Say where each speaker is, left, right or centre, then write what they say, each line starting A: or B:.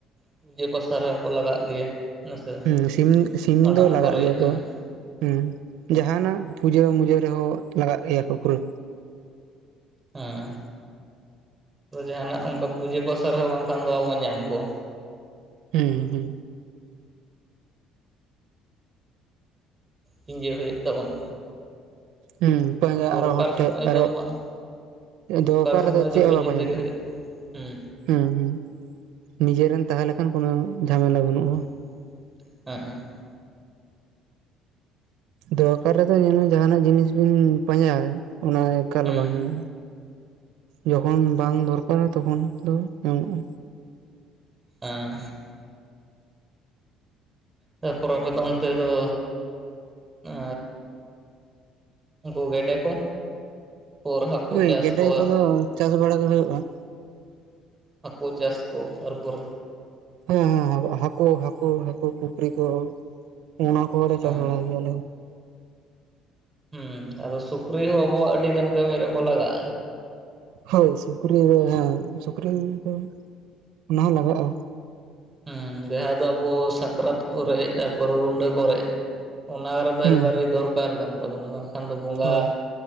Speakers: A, on the right (about 15°); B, on the right (about 80°).
A: ᱯᱩᱡᱟᱹ ᱯᱟᱥᱟ ᱨᱮᱦᱚᱸ ᱠᱚ ᱞᱟᱜᱟᱜ ᱜᱮᱭᱟ᱾ ᱦᱮᱸᱥᱮ
B: ᱦᱩᱸ, ᱥᱤᱢ, ᱥᱤᱢ
A: ᱵᱷᱟᱸᱰᱟᱱ
B: ᱫᱚ ᱞᱟᱜᱟᱜ
A: ᱠᱚᱨᱮ
B: ᱜᱮᱭᱟ
A: ᱦᱮᱸ
B: ᱠᱚ᱾ ᱦᱩᱸ, ᱡᱟᱦᱟᱸᱱᱟᱜ ᱯᱩᱡᱟᱹ, ᱢᱩᱡᱟᱹ ᱨᱮᱦᱚ ᱞᱟᱜᱟᱜ ᱜᱮᱭᱟ ᱠᱚ ᱯᱩᱨᱟᱹ᱾
A: ᱦᱮᱸ, ᱟᱫᱚ ᱡᱟᱦᱟᱱᱟᱜ ᱚᱱᱠᱟ ᱯᱩᱡᱟᱹ ᱯᱟᱥᱟ ᱨᱮᱦᱚᱸ, ᱵᱟᱝᱠᱷᱟᱱ ᱫᱚ ᱟᱵᱚᱱ ᱧᱟᱢ ᱠᱚᱣᱟ᱾
B: ᱦᱩᱸ, ᱦᱩᱸ,
A: ᱯᱤᱡᱟᱹ ᱦᱳᱭᱳᱜ ᱛᱟᱵᱚᱱᱟ᱾
B: ᱦᱩᱸ, ᱯᱟᱸᱡᱟ
A: ᱫᱚᱨᱠᱟᱨ
B: ᱟᱨᱦᱚ ᱦᱚᱲ
A: ᱥᱚᱢᱚᱭ
B: ᱴᱷᱮᱜ
A: ᱫᱚ
B: ᱟᱨᱚ
A: ᱵᱟᱝ
B: ᱫᱚᱨᱠᱟᱨ
A: ᱥᱚᱢᱚᱭ
B: ᱨᱮᱫᱚ
A: ᱫᱚ
B: ᱪᱮᱜ
A: ᱯᱤᱸᱡᱟᱹ
B: ᱦᱚᱸ ᱵᱟᱠᱚ
A: ᱛᱮᱜᱮ
B: ᱧᱟᱢᱚᱜᱼᱟ,
A: ᱦᱩᱭᱩᱜ ᱛᱟᱵᱚᱱᱟ ᱦᱩᱸ
B: ᱦᱩᱸ, ᱦᱩᱸ᱾ ᱱᱤᱡᱮᱨᱮᱱ ᱛᱟᱦᱮᱸ ᱞᱮᱠᱷᱟᱱ, ᱠᱳᱱᱳ ᱡᱷᱟᱢᱮᱞᱟ ᱵᱟᱹᱱᱩᱜᱼᱟ᱾
A: ᱦᱮᱸᱜ, ᱮᱸ᱾
B: ᱫᱚᱨᱠᱟᱨ ᱨᱮᱫᱚ ᱧᱮᱞ ᱢᱮ, ᱡᱟᱦᱟᱸ ᱱᱟᱜ ᱡᱤᱱᱤᱥ ᱵᱤᱱ ᱯᱟᱸᱡᱟᱭᱟ, ᱚᱱᱟ ᱮᱠᱟᱞ
A: ᱦᱩᱸ
B: ᱵᱟᱝ ᱧᱟᱢᱚᱜᱼᱟ᱾ ᱡᱚᱠᱷᱚᱱ ᱵᱟᱝ ᱫᱚᱨᱠᱟᱨᱟ, ᱛᱚᱠᱷᱚᱱ ᱫᱚ ᱧᱟᱢᱚᱜᱼᱟ᱾
A: ᱟᱸ, ᱛᱟᱯᱚᱨ ᱟᱯᱮ ᱫᱚ ᱚᱱᱛᱮ ᱫᱚ, ᱟᱸ ᱩᱱᱠᱩ ᱜᱮᱰᱮ ᱠᱚ, ᱯᱚᱨ ᱦᱟᱹᱠᱳ
B: ᱦᱳᱭ
A: ᱪᱟᱥ
B: ᱜᱮᱰᱮ
A: ᱠᱚ?
B: ᱠᱚᱫᱚ ᱪᱟᱥ ᱵᱟᱲᱟ ᱫᱚ ᱦᱳᱭᱳᱜᱼᱟ᱾
A: ᱦᱟᱹᱠᱳ ᱪᱟᱥ ᱠᱚ ᱛᱟᱨᱯᱚᱨᱮ
B: ᱦᱮᱸ, ᱦᱮᱸ, ᱦᱟᱠᱳ-ᱦᱟᱠᱳ, ᱦᱟᱠᱳ, ᱯᱩᱠᱷᱨᱤ ᱠᱚ ᱚᱱᱟ ᱠᱚᱦᱚᱸ ᱞᱮ
A: ᱦᱮᱸ
B: ᱪᱟᱥ ᱵᱟᱲᱟ ᱜᱮᱭᱟᱞᱮ᱾
A: ᱦᱩᱸ, ᱟᱫᱚ ᱥᱩᱠᱨᱤ ᱦᱚᱸ, ᱟᱵᱚᱣᱟᱜ ᱟᱹᱰᱤ ᱜᱟᱱ ᱠᱟᱹᱢᱤ ᱨᱮᱠᱚ ᱞᱟᱜᱟᱜᱼᱟ᱾
B: ᱦᱳᱭ ᱥᱩᱠᱨᱤ ᱫᱚ ᱦᱮᱸ, ᱥᱩᱠᱨᱤ ᱫᱚ ᱚᱱᱟ ᱦᱚᱸ ᱞᱟᱜᱟᱜᱼᱟ᱾
A: ᱦᱩᱸ ᱡᱟᱦᱟᱸ ᱫᱚ ᱟᱵᱚ ᱥᱟᱠᱨᱟᱛ ᱠᱚᱨᱮ, ᱛᱟᱨᱯᱚᱨ ᱨᱩᱰᱟᱹ ᱠᱚᱨᱮ ᱚᱱᱟ ᱫᱚ,
B: ᱦᱩᱸ
A: ᱮᱠᱵᱟᱨᱮ ᱫᱚᱨᱠᱟᱨ ᱠᱟᱱ ᱛᱟᱵᱚᱱᱟ ᱠᱚ᱾ ᱠᱷᱟᱱ ᱫᱚ ᱵᱚᱸᱜᱟ,
B: ᱦᱳᱭ